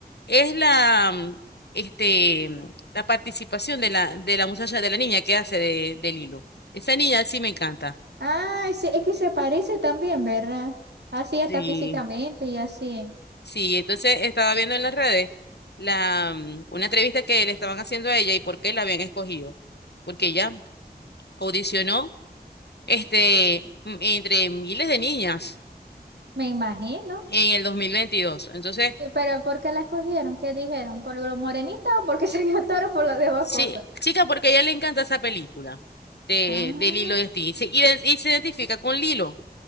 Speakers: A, on the left; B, on the right.
A: es la, mm, este, mm, la participación de la, de la muchacha, de la niña que hace de, de Lilo. Esa niña sí me encanta.
B: Ay, sí, es que se parece también, ¿verdad? Así
A: Sí,
B: hasta físicamente y así.
A: sí. Entonces estaba viendo en las redes la, mm, una entrevista que le estaban haciendo a ella y por qué la habían escogido. Porque ella audicionó este, m- entre miles de niñas
B: Me imagino.
A: en el 2022. Entonces,
B: Sí, Pero ¿por qué la escogieron? ¿Qué dijeron? ¿Por lo morenita o porque <laughs> se vio toro por las demás
A: sí,
B: cosas?
A: chica, porque a ella le encanta esa película de,
B: Ah,
A: de Lilo y Stitch. Se ide- Y se identifica con Lilo.